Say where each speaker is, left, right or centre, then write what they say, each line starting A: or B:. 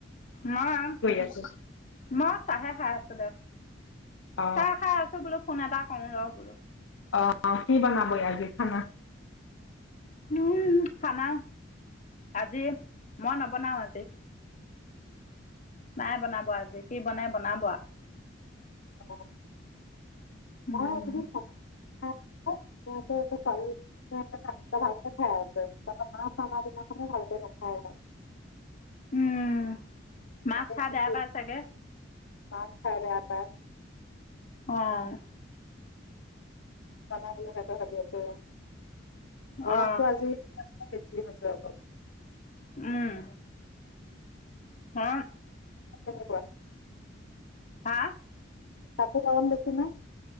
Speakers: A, on the left (about 40°); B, on the left (about 85°).
A: নহয়,
B: আছ
A: মই চাহে খাই আছো দে,
B: অ
A: চাহ খাই আছো বোলো ফোন এটা কৰো ৰ বোলো।
B: অ, কি বনাবই আজি খানা?
A: উম, খানা আজি মই নবনাও আজি, মাই বনাব আজি কি বনাই বনাব।
B: অ।
A: উম
B: মই এইকেইদিন ভাতকে বনাই আছো। ধুনটা ভালকে খাই আছে তাৰ মা চাৰ দিনাখন ভালকে নাখাই হয় <inaudible>
A: উম, মাছ খাই
B: এতিয়া
A: বেয়া পায় চাগে।
B: মাছ খাই বেয়া পায়।
A: অহ।
B: মন কতে ভা <unintelligible> গৰমটো
A: অ
B: আজি। বেছি হৈছে অলপ
A: উম আহ
B: আছে নে কোৱা
A: হা
B: আকৌ গৰম বেছি না